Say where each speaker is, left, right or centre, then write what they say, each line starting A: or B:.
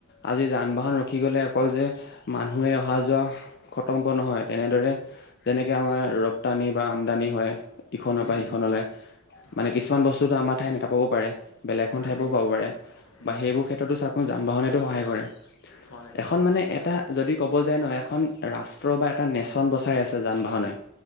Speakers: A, on the left; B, on the left.
A: আজি যান বাহন ৰখি গলে অকল যে মানুহে অহা যোৱা খতম্ব নহয় তেনেদৰে যেনেকৈ আমাৰ ৰপ্তানি বা আমদানি হয় ইখনৰ পৰা
B: উম,
A: সিখনলৈ
B: হয়
A: মানে কিছুমান বস্তুতো আমাৰ উঠাই নোপাব পাৰে বেলেগ এ
B: নাথাকিব
A: ঠাইও পাব পাৰে
B: উম,
A: বা সেইবোৰ ক্ষেত্ৰতো চাক যান বাহনেতো সহায় কৰে
B: সহায় কৰে
A: এখন
B: সহায়
A: মানে
B: কৰে
A: এটা যদি ক'ব যে ন এখন ৰাষ্ট্ৰ বা এটা নেশচন বচাই আছে যান বাহনোই